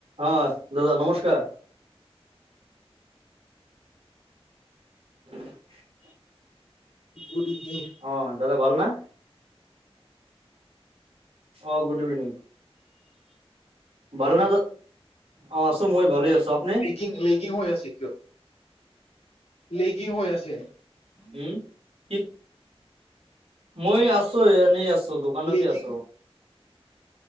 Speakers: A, on the right; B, on the left.
A: অ, দাদা নমস্কাৰ। <unintelligible>
B: Good evening.
A: অ দাদা ভালনে? অ' গুড ইভিনিং ভাল ন অ' আছো মই ভালে আছো আপনি?
B: লিং লেগিং হৈ আছে কিয় লেগিং হৈ আছে।
A: উম, কি? মই আছো এনেই আছো দোকানতে
B: লেগিং
A: আছো।